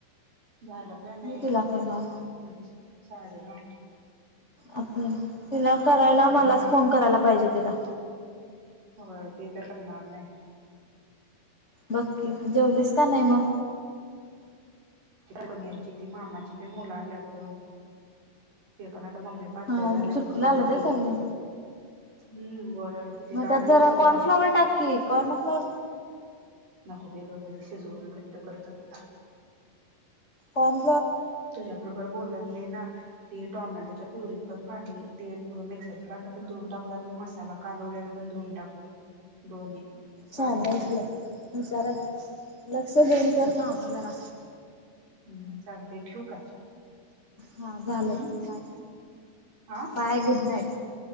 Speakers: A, on the right; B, on the left.
A: झालं काय नाही?
B: मी तिला करणार
A: साडे नऊ
B: आता तिला करायला
A: मी
B: मलाच
A: भा
B: फोन करायला पाहिजे. तिला
A: होय ते तर करणार नाय.
B: बग की जेवलीस का नाही म
A: पनीरची ती मामाची ते न मुलं आल्यात ग ते पण आत त मम्मी पातळ
B: हा
A: झाल्या
B: सुट्टीला
A: म्हणून खाऊन
B: आलं ते
A: गेली.
B: सगळे
A: हम्म व किती
B: मग
A: आठ
B: त्यात
A: दिवस
B: जरा
A: झाला
B: कॉर्नफ्लॉवर
A: आहे.
B: टाक की कॉर्नफ्लॉवर
A: नको बाई ग जसे शिज‌उन घट्ट करत होते ना.
B: पण
A: तुझ्या बरोबर बोलत नाय ना ते टॉमॅटोच्या प्युरी पण पाणी ते मिक्सरचं भांड पण धुवून टाकलं आणि ते मसाला कालवल्याल पण धुवून टाकलो दोन्ही पाण्यात
B: सांगायचं
A: जास्त
B: विचारयचं लक्ष देेऊन कर काम जरा
A: हम्म चालतय ठेऊ काय?
B: हा झालं
A: हम्म
B: बाय
A: हा
B: bye good night